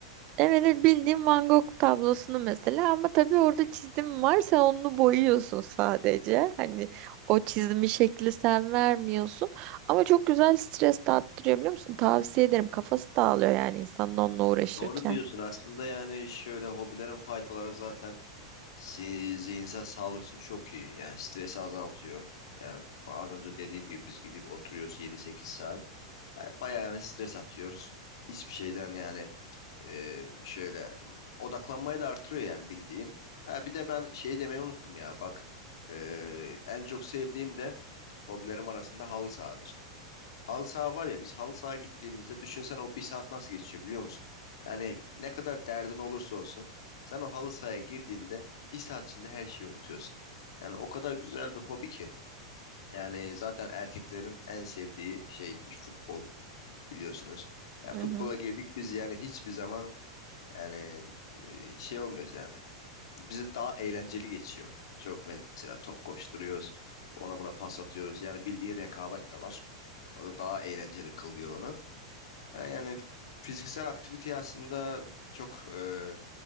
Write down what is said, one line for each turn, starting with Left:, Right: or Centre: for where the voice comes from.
Right: Evet evet, bildiğim Van Gogh tablosunu mesela ama tabii orada çizim var sen onu boyuyorsun sadece. Hani o çizimi şekli sen vermiyorsun ama çok güzel stres dağıttırıyor biliyor musun? Tavsiye ederim kafası dağılıyor yani insanın onunla uğraşırken.
Left: Doğru diyorsun. Aslında yani şöyle hobilerin faydaları zaten si- zihinsel sağlık için çok iyi. Yani stresi azaltıyor. Yani az önce dediğim gibi biz gidip oturuyoruz yedi sekiz saat. Yani Bayağı yani stres atıyoruz. Hiçbir şeyden yani e, şöyle odaklanmayı da artırıyor yani bildiğin. Ha, bir de ben şey demeyi unuttum ya bak. e, en çok sevdiğim de hobilerim arasında halı sahadır. Halı saha var ya biz halı saha gittiğimizde düşünsen o bir saat nasıl geçiyor biliyor musun? Yani ne kadar derdin olursa olsun sen o halı sahaya girdiğinde bir saat içinde her şeyi unutuyorsun. Yani o kadar güzel bir hobi ki. Yani zaten erkeklerin en sevdiği şeydir futbol biliyorsunuz. Yani
Right: Hı
Left: futbola
Right: hı.
Left: girdik biz yani hiçbir zaman yani e, şey olmuyoruz yani. Bize daha eğlenceli geçiyor. Çok mesela top koşturuyoruz. Ona buna pas atıyoruz. Yani bildiğin rekabet de var. O da daha eğlenceli kılıyor onu. Ha, Yani fiziksel aktivite aslında çok e,